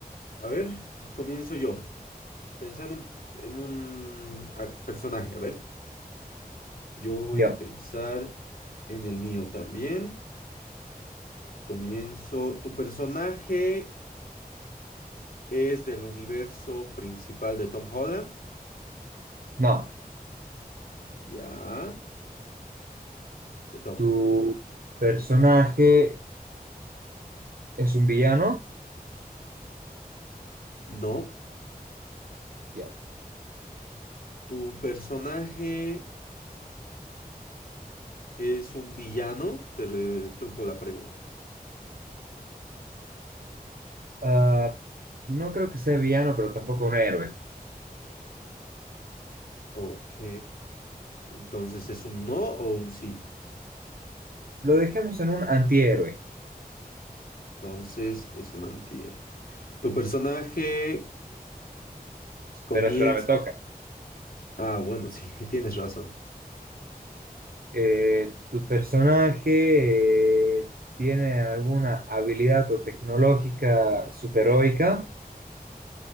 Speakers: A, on the left; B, on the right.
A: a ver, comienzo yo. Pensando en un, en un, ah, personaje, a ver. Yo voy
B: Yo,
A: a pensar en el mío también. Comienzo. ¿Tu personaje es del universo principal de Tom Holland?
B: no.
A: Ya, te toca.
B: Tu personaje es un villano.
A: No.
B: Yo,
A: ¿Tu personaje es un villano? Te retruco la pregunta.
B: ah, no creo que sea villano, pero tampoco un héroe.
A: Ok. Entonces, ¿es un no o un sí?
B: Lo dejemos en un antihéroe.
A: Entonces, es un antihéroe. Tu personaje
B: Espera,
A: comienza...
B: espera, me toca.
A: Ah, bueno, <laughs> sí, tienes razón.
B: Eh, ¿tu personaje eh, tiene alguna habilidad o tecnológica superheroica?